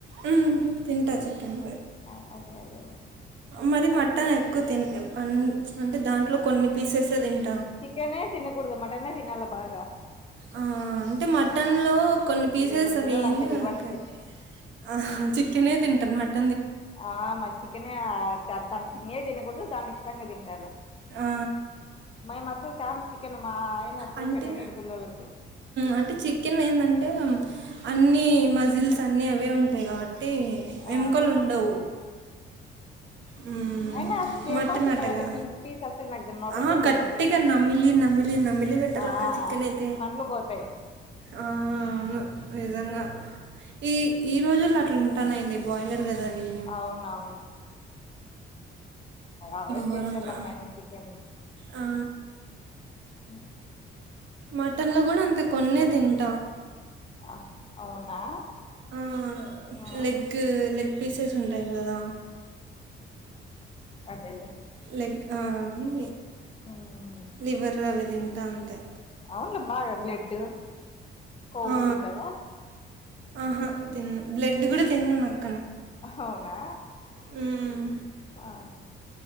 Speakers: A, on the right; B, on the left.
A: ఉమ్ తింటా చికెన్
B: ఆ అదే అదేలే
A: మరి మటన్ ఎక్కువ తిన్ అ అంటే దాంట్లో కొన్ని పీసెసే తింట
B: చికెనే తిన్నకూడదు మటనే తిన్నాల బాగా
A: ఆ అంటే మటన్లో కొన్ని పీసెస్
B: పిల్ల ఇప్పుడు
A: అవియంది
B: పిల్లలు అంత రివర్స్
A: నాకు ఆ చికెనే తింటరు మట్
B: ఆ మ చికనే దాని తిన తినకూడదు దాన్ని ఇష్టంగా తింటారు
A: ఆ!
B: మ మాసలు తాం చికెన్ మా ఆయన అసలు
A: అంటే
B: పెట్టనీడు పిల్లలకి
A: అంటే చికెన్ ఏంటంటే అన్ని మజిల్స్ అన్ని అవే ఉంటాయి కాబట్టి
B: ఆ
A: ఎముకలు ఉండవు హ్మ్.
B: అనా అసలు కేంబంటద
A: మటన్ అటగా
B: పీస్ పీస్ అసలు నాకు నోట్లకే
A: ఆ గట్టిగా
B: పోతది
A: నమ్మిలి నమ్మిలి నమ్మిలి పెట్టాలక్క
B: ఆ
A: చికెన్ అయితే
B: పండ్లు పోతాయి
A: ఆ అవును నిజంగా ఈ ఈ రోజు ల్లో అట్లా ఉంటానా ఇ బాయిలర్ కదా అవి
B: అవునవును అవయిడ్
A: ఘోరంగా
B: చేసేళ్ళమ్మాయిన చికెన్ని ని
A: ఆ
B: అహ
A: మటన్లో కూడా అంతే కొన్నీ తింటా
B: ఆ అవునా
A: ఉమ్
B: ఆ
A: లెగ్ లెగ్ పీసెస్ ఉంటాయి కదా
B: అదేలే
A: లెగ్ అవి
B: ఉమ్.
A: లివర్ అవి తింటా అంతే
B: అవును బాగా బ్లడ్ కొవ్వు
A: ఆ!
B: తింటావా
A: ఆహా తిను బ్లడ్ కూడా తిన్న నాకు
B: అవునా
A: హ్మ్.
B: అ